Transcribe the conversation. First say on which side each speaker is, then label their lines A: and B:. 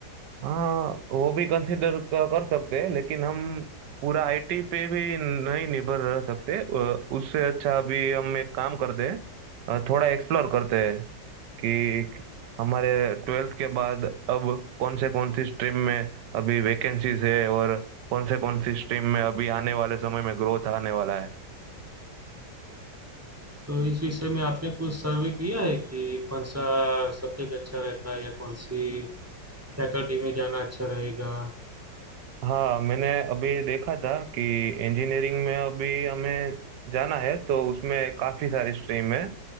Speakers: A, on the right; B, on the right.
A: हाँ वो भी कंसिडर कर सकते हैं लेकिन हम पूरा आईटी पे भी नहीं निर्भर रह सकते अ, उससे अच्छा अभी हम एक काम करते हैं अ, थोड़ा एक्सप्लोर करते हैं कि हमारे ट्वेल्थ के बाद अब कौन से कौन सी स्ट्रीम में अभी वैकेंसीज है और कौन से कौन सी स्ट्रीम में अभी आने वाले समय में ग्रोथ आने वाला है
B: तो इस विषय में आपने कुछ सर्वे किया है कि कौन सा सब्जेक्ट अच्छा रहता है या कौन सी फैकल्टी में जाना अच्छा रहेगा
A: हाँ मैंने अभी देखा था कि इंजीनियरिंग में अभी हमें जाना है तो उसमें काफ़ी सारी स्ट्रीम है